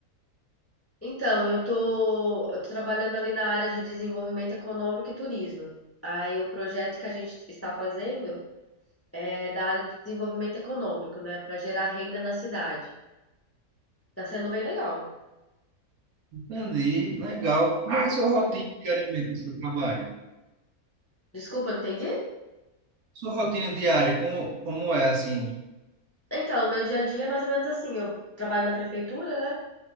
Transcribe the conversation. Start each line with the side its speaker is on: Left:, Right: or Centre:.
Left: Então, eu tô, eu tô trabalhando ali na área de desenvolvimento econômico e turismo. Aí o projeto que a gente está fazendo é da área do desenvolvimento econômico, né, Para gerar renda na cidade. Tá sendo bem legal.
Right: Entendi, legal. Como é a sua rotina diariamente no seu trabalho?
Left: Desculpa, não entendi?
Right: Sua rotina diária, como, como é, assim?
Left: Então, o meu dia a dia é mais ou menos assim. Eu trabalho na prefeitura, né?